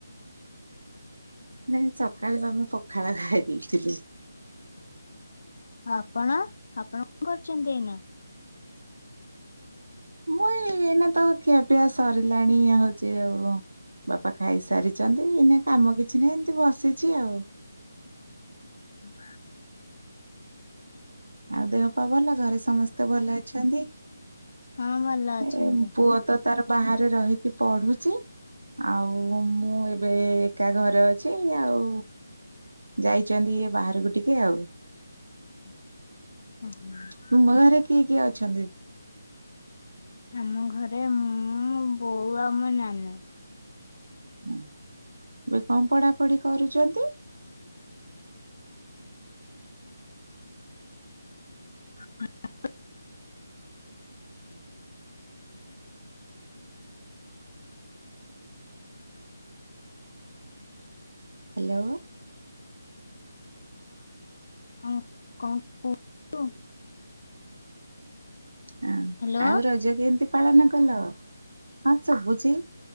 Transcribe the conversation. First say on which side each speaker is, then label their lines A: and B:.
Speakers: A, on the right (about 70°); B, on the left (about 55°).
A: ନାଇଁ ସକାଳୁ ଆମେ ପଖାଳ ଖାଇ ଦେଇେଇଥିଲୁ।
B: ଆପଣ ଆପଣ କଣ କରୁଛନ୍ତି ଏଇନା?
A: ମୁଁ ଏଇ ନା ତ ଖିଆ, ପିଆ ସରିଲାଣି, ହୋଉଛି ଆଉ ବାପା ଖାଇସାରିଛନ୍ତି। ଏଇନା କାମ କିଛି ନାହିଁ। ଏମିତି ବସିଛି ଆଉ
B: <unintelligible>
A: ଆଉ ଦେହପା ଭଲ ଘରେ ସମସ୍ତେ ଭଲ ଅଛନ୍ତି।
B: ହଁ ଭଲ ଅଛନ୍ତି।
A: ଏ ପୁଅ ତ ତାର ବାହାରେ ରହିକି ପଢୁଛି। ଆଉ ମୁଁ ଏବେ ଏକା ଘରେ ଅଛି ଆଉ ଯାଇଛନ୍ତି ଇଏ ବାହାରକୁ ଟିକେ ଆଉ
B: <unintelligible>
A: ତୁମ ଘରେ କିଏ କିଏ ଅଛନ୍ତି?
B: ଆମ ଘରେ ମୁଁ ବୋଉ ଆମ ନାନୀ
A: ହଁ ଏବେ କଣ ପଢାପଢି କରୁଛନ୍ତି?
B: <unintelligible>
A: ହାଲୋ
B: <unintelligible>
A: ହଁ
B: ହ୍ୟାଲୋ
A: ଆଉ ରଜ କେମିତି? ପାଳନ କଲ ହଁ ଶୁଭୁଛି